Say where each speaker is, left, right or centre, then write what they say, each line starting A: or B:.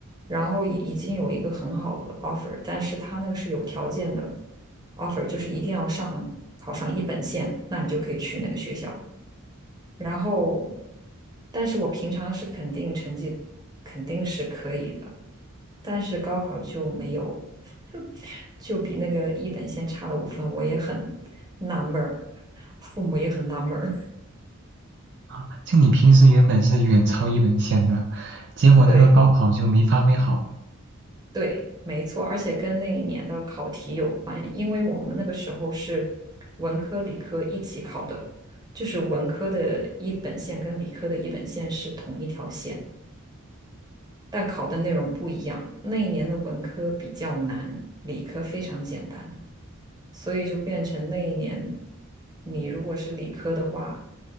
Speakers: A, on the right; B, on the right.
A: 然后已已经有一个很好的 offer，但是他那个是有条件的 offer，就是一定要上考上一本线，那你就可以去那个学校。然后，但是我平常是肯定成绩肯定是可以的，但是高考就没有，<laughs> 就比那个一本线差了五分，我也很纳闷儿，父母也很纳闷儿。<laughs>
B: 啊，就你平时原本是远超一本线的，结果那个高考就没发挥好
A: 对对，没错，而且跟那一年的考题有关，因为我们那个时候是文科理科一起考的，就是文科的一本线跟理科的一本线是同一条线。但考的内容不一样。那一年的文科比较难，理科非常简单，所以就变成那一年你如果是理科的话，